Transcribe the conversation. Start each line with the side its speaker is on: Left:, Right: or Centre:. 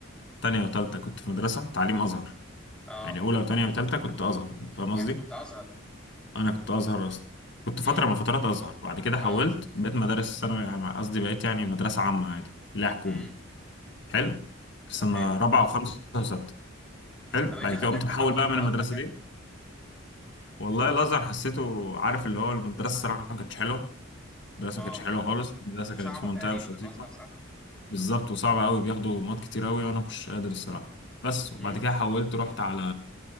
Left: تانية وتالتة كنت في مدرسة تعليم أزهر
Centre: اه
Left: يعني أولى وتانية وتالتة كنت أزهر أنت فاهم قصدي؟
Centre: يعني انت كنت ازهر
Left: أنا كنت أزهر أصلا كنت
Centre: امم
Left: فترة من الفترات أزهر بعد كده حولت
Centre: اه
Left: بقيت مدارس ثانوي عام- قصدي بقيت يعني مدرسة عامة عادي اللي هي حكومة
Centre: امم
Left: حلو في سنة
Centre: طب حلو
Left: رابعة وخمسة وستة حلو
Centre: مم. طب ايه
Left: بعد
Centre: اللي
Left: كده
Centre: خلاك
Left: قمت محول
Centre: تحول
Left: بقى
Centre: من
Left: من
Centre: الازهر
Left: المدرسة
Centre: يعني
Left: دي والله الأزهر حسيته عارف اللي هو المدرسة الصراحة ما كانتش حلوة المدرسة
Centre: اه
Left: ما كانتش حلوة خالص المدرسة
Centre: وصعبه
Left: كانت في منطقة
Centre: تقريبا
Left: مش لطيفة
Centre: الازهر صح
Left: بالظبط وصعبة أوي بياخدوا مواد كتير أوي وأنا مكنتش قادر الصراحة بس وبعد
Centre: امم
Left: كده حولت رحت على